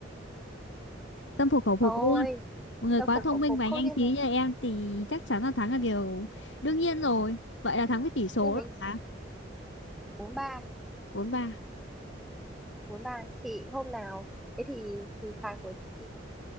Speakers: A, on the left (about 75°); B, in the centre.
A: tâm phục khẩu phục
B: Thôi,
A: luôn. Một người
B: tâm
A: quá
B: phục
A: thông
B: khẩu
A: minh
B: phục
A: và
B: không
A: nhanh
B: nhưng
A: trí
B: mà,
A: như em thì chắc chắn là thắng là điều đương nhiên rồi. Vậy là thắng với tỷ số
B: nhưng mình
A: là
B: bốn ba
A: bốn ba.
B: bốn ba chị hôm nào thế thì hình phạt của chị